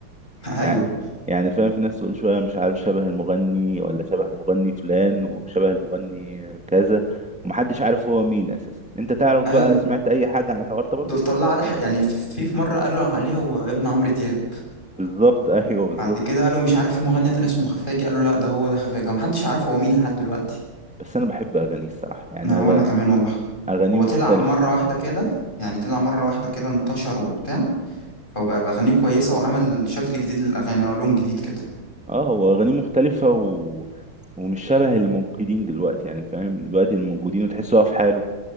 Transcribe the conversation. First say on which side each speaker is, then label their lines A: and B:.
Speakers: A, on the left; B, in the centre.
A: <laughs>
B: يعني
A: ايوه
B: يعني فاهم في ناس تقول شويه مش عارف شبه المغني ولا شبه المغني فلان وشبه المغني كذا محدش عارف هو مين اساسا انت تعرف
A: ايوه
B: بقى سمعت اي حاجه عن الحوار ده برضه
A: دول طلع عليه ح- يعني في في في مره قالوا عليه هو ابن عمرو دياب
B: بالظبط <laughs> ايوه
A: بعد
B: بالظبط
A: كده قالوا مش عارف في مغني تاني اسمه خفاجي قالوا لا ده هو ده خفاجي ومحدش عارف هو مين لحد دلوقتي
B: بس انا بحب اغانيه الصراحه يعني
A: ما انا
B: أغ-
A: وانا كمان والله
B: اغانيه
A: هو
B: مختلفه
A: طلع مرة واحدة كده يعني طلع مرة واحدة كده انتشر وبتاع فبقى بأغانيه كويسة وعمل شكل جديد للأغاني اه لون جديد كده
B: اه هو اغانيه مختلفه و... ومش شبه الموجودين دلوقتي يعني فاهم دلوقتي الموجودين وتحس هو في حاله